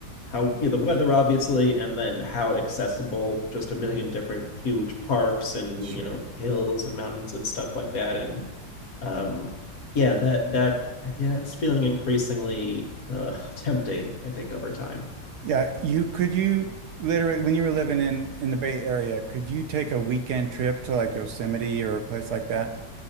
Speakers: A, on the left (about 55°); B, on the right (about 70°).
A: how you know, the weather obviously and then how accessible just a million different huge parks and
B: sure.
A: you know hills and mountains and stuff like that and um yeah that that yeah it's feeling increasingly uh <laughs> tempting i think over time
B: Yeah, you could you literally when you were living in in the Bay Area, could you take a weekend trip to like Yosemite or a place like that?